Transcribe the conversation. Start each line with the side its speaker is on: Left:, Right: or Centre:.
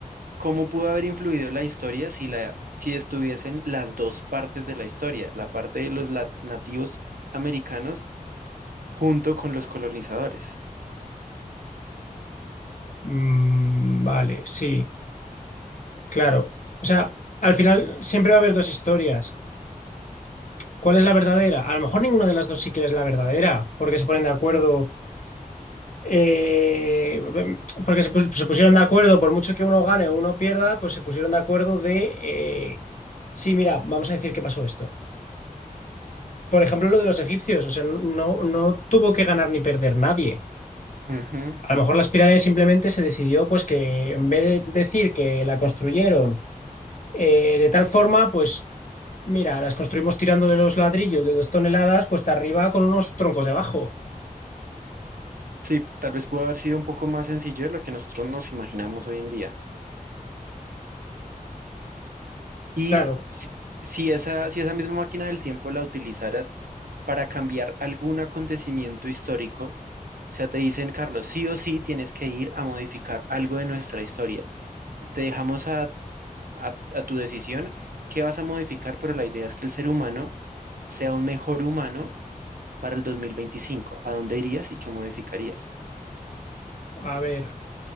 Right: ¿Cómo pudo haber influido la historia si, la, si estuviesen las dos partes de la historia, la parte de los lat- nativos americanos junto con los colonizadores?
Left: Mm, vale, sí, claro. O sea, al final siempre va a haber dos historias. ¿Cuál es la verdadera? A lo mejor ninguna de las dos siquiera es la verdadera, porque se ponen de acuerdo, eh, porque se, pus- se pusieron de acuerdo, por mucho que uno gane o uno pierda, pues se pusieron de acuerdo de, eh, sí, mira, vamos a decir qué pasó esto. Por ejemplo, lo de los egipcios, o sea, no, no tuvo que ganar ni perder nadie.
Right: Ujú.
Left: A lo mejor las pirámides simplemente se decidió pues que en vez de decir que la construyeron eh, de tal forma, pues mira, las construimos tirando de los ladrillos de dos toneladas cuesta arriba con unos troncos debajo.
Right: Sí, tal vez pudo haber sido un poco más sencillo de lo que nosotros nos imaginamos hoy en día. Y
Left: Claro,
Right: si, si esa, si esa misma máquina del tiempo la utilizaras para cambiar algún acontecimiento histórico, o sea, te dicen, Carlos, sí o sí tienes que ir a modificar algo de nuestra historia. Te dejamos a a, a tu decisión qué vas a modificar, pero la idea es que el ser humano sea un mejor humano para el 2025. ¿A dónde irías y qué modificarías?
Left: a ver,